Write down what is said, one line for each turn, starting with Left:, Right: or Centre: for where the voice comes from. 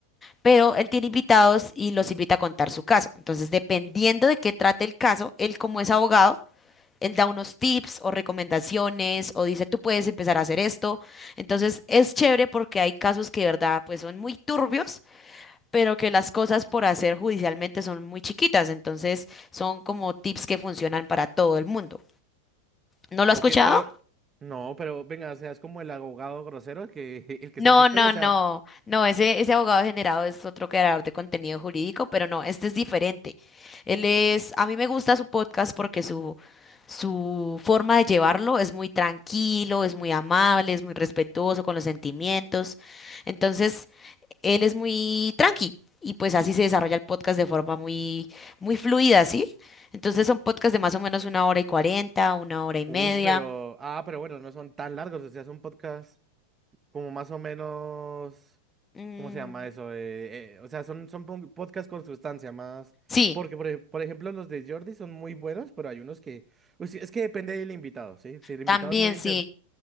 Left: pero él tiene invitados y los invita a contar su caso. Entonces, dependiendo de qué trate el caso, él como es abogado, él da unos tips o recomendaciones o dice, tú puedes empezar a hacer esto. Entonces, es chévere porque hay casos que de verdad pues son muy turbios, pero que las cosas por hacer judicialmente son muy chiquitas. Entonces, son como tips que funcionan para todo el mundo. ¿No lo
Right: Ok,
Left: has escuchado?
Right: pero no, pero venga, o sea, es como el abogado grosero que <laughs> el que
Left: No,
Right: está en TikTok,
Left: no,
Right: o sea,
Left: no, no, ese, ese abogado generado es otro creador de contenido jurídico, pero no, este es diferente. Él es, a mí me gusta su podcast porque su, su forma de llevarlo es muy tranquilo, es muy amable, es muy respetuoso con los sentimientos. Entonces, él es muy tranqui y pues así se desarrolla el podcast de forma muy, muy fluida, ¿sí? Entonces son podcasts de más o menos una hora y cuarenta, una hora y
Right: ush,
Left: media.
Right: pero ah, pero bueno, no son tan largos, o sea, son podcasts como más o menos,
Left: Mm,
Right: ¿cómo se llama eso? Eh, eh, o sea, son son pon- podcasts con sustancia más,
Left: sí,
Right: porque por, ej- por ejemplo los de Jordi son muy buenos, pero hay unos que, pues, sí, es que depende del invitado, ¿sí? Si el invitado
Left: también
Right: es muy inter,
Left: sí.